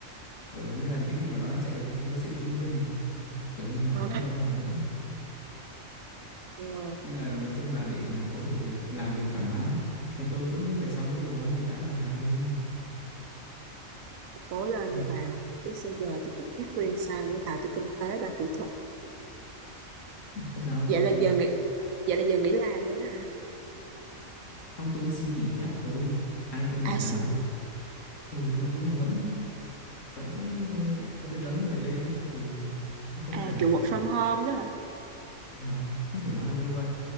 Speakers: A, on the left; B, on the right.
A: Ừ, nên là những cái gì mà nó đang chạy được thì chúng tôi sẽ giữ nguyên này, kiểu như là
B: Ờ.
A: không động vào nữa.
B: Ừ.
A: Nhưng mà nói chung là để mà có thể được làm việc thoải mái á, thì tôi vẫn cứ phải xong cái đồ án này đã bà ơi.
B: cố
A: <laughs>
B: lên như bà chứ sao giờ tôi cũng biết khuyên sao với bà tôi kinh tế bà kỹ thuật
A: Không sao tôi
B: vậy là
A: tôi
B: giờ nghỉ vậy là giờ nghỉ làm luôn đó hả
A: không tôi xin nghỉ phép thôi. Ai tôi nghỉ
B: à
A: làm
B: xin
A: thật. Ừ, đúng rồi, ý là vẫn vẫn sẽ có thời gian vẫn phải lên á ừ chứ không phải
B: à
A: là
B: kiểu work from home đó hả
A: ờ, cũng có thể nói là như vậy